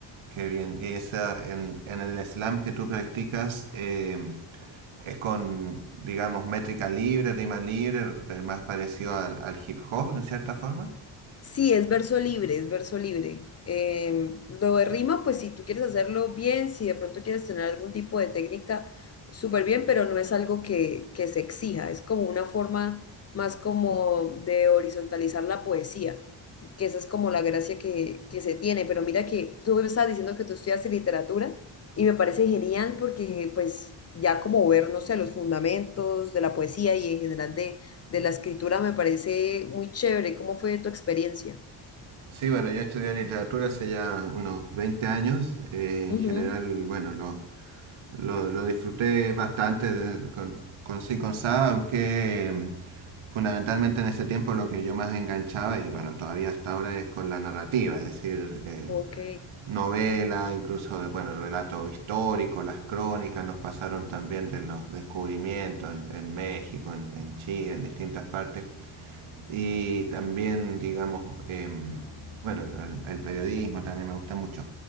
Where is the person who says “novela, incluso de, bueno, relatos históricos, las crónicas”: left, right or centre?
Right